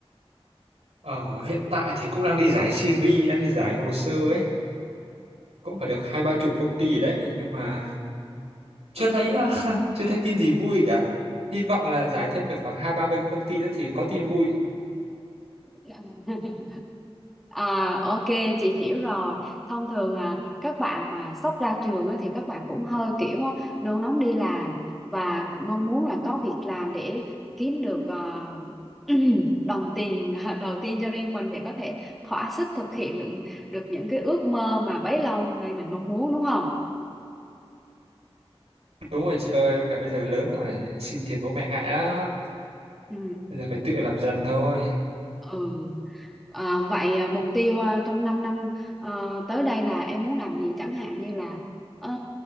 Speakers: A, on the right; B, in the centre.
A: Ờ, hiện tại thì cũng đang đi giải CV, đang đi giải hồ sơ ấy, cũng phải được hai ba chục công ty rồi đấy, nhưng mà chưa thấy à, <laughs> chưa thấy tin gì vui cả. Hy vọng là giải thêm được khoảng hai ba mươi công ty nữa thì có tin vui.
B: <laughs> À, ok chị hiểu rồi thông thường à, các bạn mà sắp ra trường á, thì các bạn cũng hơi kiểu à, nôn nóng đi làm và mong muốn là có việc làm để kiếm được à, <clears throat> đồng tiền <laughs> đầu tiên cho riêng mình để có thể thỏa sức thực hiện được, được những cái ước mơ mà bấy lâu nay mình mong muốn đúng không?
A: Đúng rồi chị ơi, với cả bây giờ lớn rồi, xin tiền bố mẹ ngại lắm,
B: Ừ.
A: bây giờ phải tự lập dần thôi.
B: ừ À, vậy à, mục tiêu à, trong 5 năm à, tới đây là em muốn làm gì chẳng hạn như là ờ,